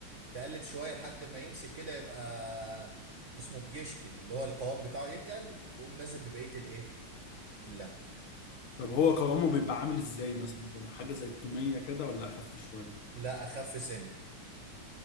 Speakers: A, on the right; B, on the left.
A: تقلب شويه لحد ما يمسك كده يبقى اسمه بيشكل اللي هو القوام بتاعه يتقل تقوم نازل ببقيه الايه اللبن
B: طب هو قوامه بيبقى عامل ازاي مثلا كده حاجه زي التوميه كده ولا اخف شويه
A: لا اخف سن